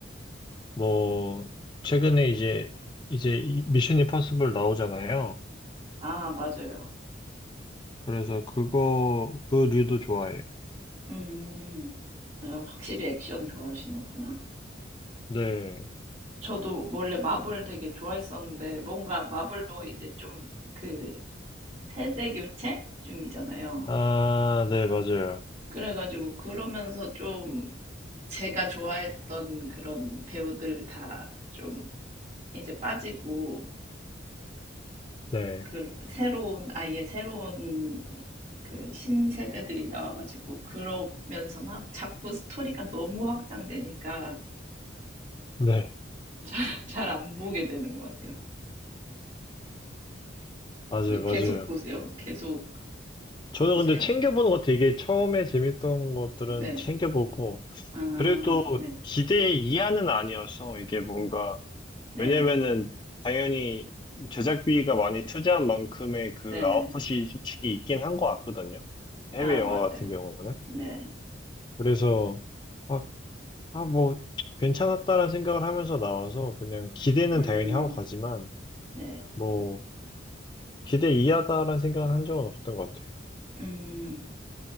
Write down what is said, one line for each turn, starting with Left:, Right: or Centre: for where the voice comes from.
Left: 뭐 최근에 이제 이제 이 미션 임파서블 나오잖아요.
Right: 아, 맞아요.
Left: 그래서 그거 그 류도 좋아해요.
Right: 음, 어, 확실히 액션 좋아하시는구나.
Left: 네.
Right: 저도 원래 마블 되게 좋아했었는데, 뭔가 마블도 이제 좀 그 세대 교체 중이잖아요.
Left: 아, 네, 맞아요.
Right: 그래가지고 그러면서 좀 제가 좋아했던 그런 배우들 다 좀 이제 빠지고
Left: 네.
Right: 그 새로운 아예 새로운 그 신세대들이 나와가지고 그러면서 막 자꾸 스토리가 너무 확장되니까
Left: 네.
Right: 잘 잘 안 보게 되는 것 같아요.
Left: 맞아요,
Right: 그 계속
Left: 맞아요.
Right: 보세요. 계속
Left: 저는
Right: 보세요.
Left: 근데 챙겨보는 것 같아요. 이게 처음에 재밌던 것들은
Right: 네.
Left: 챙겨보고,
Right: 아,
Left: 그래도
Right: 네.
Left: 기대 이하는 아니어서 이게 뭔가
Right: 네.
Left: 왜냐면은 당연히 제작비가 많이 투자한 만큼의 그
Right: 네.
Left: 아웃풋이 솔직히 있긴 한 것 같거든요. 해외
Right: 아,
Left: 영화
Right: 맞아요.
Left: 같은 경우는.
Right: 네.
Left: 그래서 막, 아, 뭐, 괜찮았다라는 생각을 하면서 나와서 그냥 기대는
Right: 음,
Left: 당연히 하고 가지만
Right: 네.
Left: 뭐, 기대 이하다라는 생각은 한 적은 없었던 것 같아요.
Right: 음.